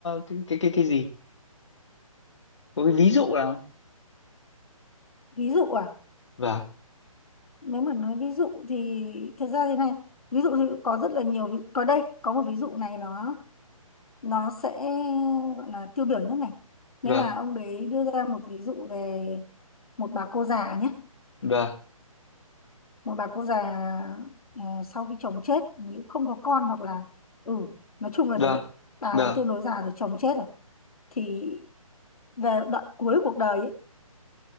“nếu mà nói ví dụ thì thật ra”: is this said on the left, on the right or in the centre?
Left